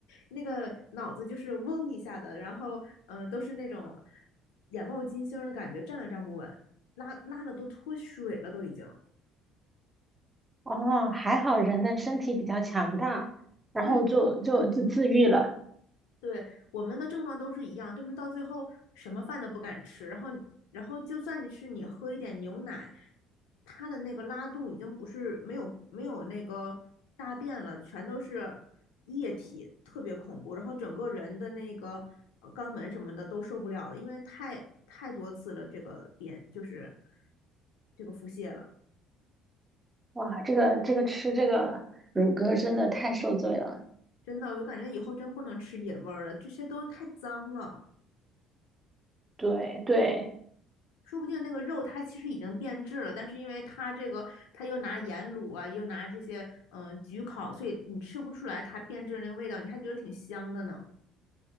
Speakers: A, on the left (about 70°); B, on the right (about 20°).
A: 那个脑子就是嗡一下的，然后嗯、呃都是那种眼冒金星的感觉，站都站不稳，拉拉的都脱水了，都已经。
B: 哦，还好人的身体比较强大，然后就就就自愈了。
A: 对，对，我们的症状都是一样，都是到最后什么饭都不敢吃，然后然后就算你是你喝一点牛奶，它的那个拉肚已经不是没有没有那个大便了，全都是液体，特别恐怖，然后整个人的那个呃肛门什么的都受不了了，因为太太多次了，这个便就是这个腹泻了，
B: 哇，这个这个吃这个乳鸽真的太受罪了。
A: 真的，我就感觉以后真不能吃野味儿了，这些都太脏了。
B: 对对。
A: 说不定那个肉它其实已经变质了，但是因为它这个，它又拿盐卤啊，又拿这些嗯、呃焗烤，所以你吃不出来它变质的那个味道，你还觉得挺香的呢。